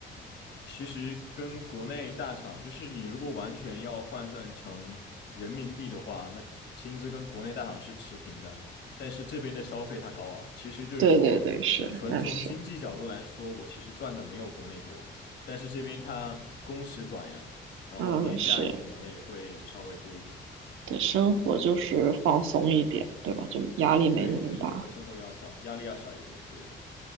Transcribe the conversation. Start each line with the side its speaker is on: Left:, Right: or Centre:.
Left: 其实跟国内大厂，就是你如果完全要换算成人民币的话，那薪资跟国内大厂是持平的，但是这边的消费它高啊。其实就是说，
Right: 对对对，是，
Left: 呃，纯从经济角度来说，
Right: 那是。
Left: 我其实赚的没有国内多，但是这边它工时短呀，然后年假也什么的也会稍微多一点。
Right: 嗯，是，对，生活就是放松一点，对吧？就压力没那么大。
Left: 对，就是整个生活要小，压力要小一点。对的，